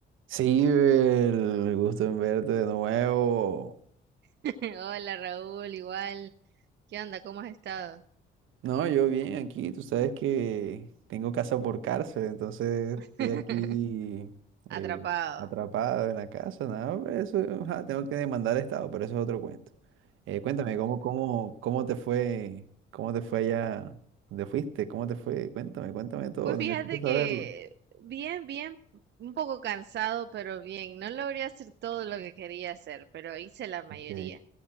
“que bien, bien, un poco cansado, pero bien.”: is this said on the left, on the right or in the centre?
Right